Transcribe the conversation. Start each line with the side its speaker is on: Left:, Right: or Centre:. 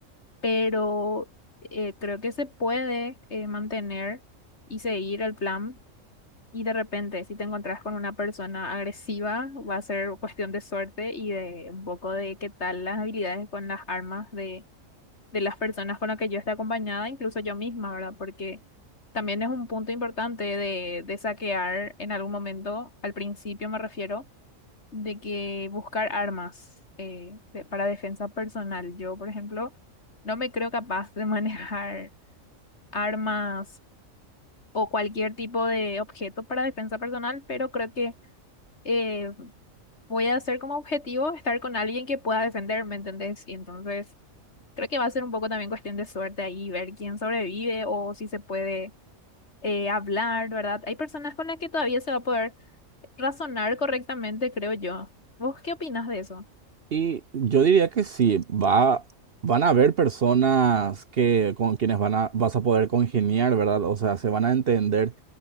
Left: pero eh, creo que se puede eh, mantener y seguir el plan. Y de repente, si te encontrás con una persona agresiva, va a ser cuestión de suerte y de un poco de qué tal las habilidades con las armas de, de las personas con las que yo esté acompañada, incluso yo misma, ¿verdad? Porque también es un punto importante de, de saquear en algún momento, al principio me refiero de que buscar armas eh, de- para defensa personal. Yo, por ejemplo, no me creo capaz de <laughs> manejar armas o cualquier tipo de objeto para defensa personal, pero creo que eh, voy a hacer como objetivo estar con alguien que pueda defenderme, ¿entendés? Y entonces creo que va a ser un poco también cuestión de suerte ahí, ver quién sobrevive o si se puede eh, hablar, ¿verdad? Hay personas con las que todavía se va a poder razonar correctamente, creo yo. ¿Vos qué opinas de eso?
Right: Y yo diría que sí, va, van a haber personas que, con quienes van a, vas a poder congeniar, ¿verdad? O sea, se van a entender.